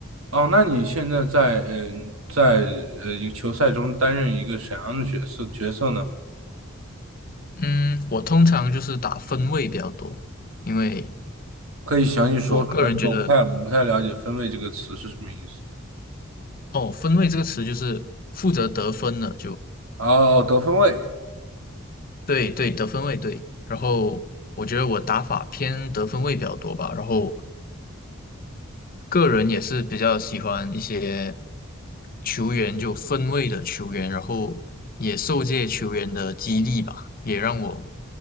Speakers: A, on the right (about 80°); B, on the left (about 45°).
A: 哦，那你现在在嗯、呃在呃一个球赛中担任一个什么样的角色角色呢？
B: 嗯，我通常就是打分位比较多，因为
A: 可以详细说说吗？
B: 我个人觉得，
A: 因为我不太不太了解“分位”这个词是什么意思。
B: 哦，分位这个词就是负责得分的，就
A: 哦，哦得分位，
B: 对对，得分位对。然后我觉得我打法偏得分位比较多吧，然后个人也是比较喜欢一些球员，就分位的球员，然后也受这些球员的激励吧，也让我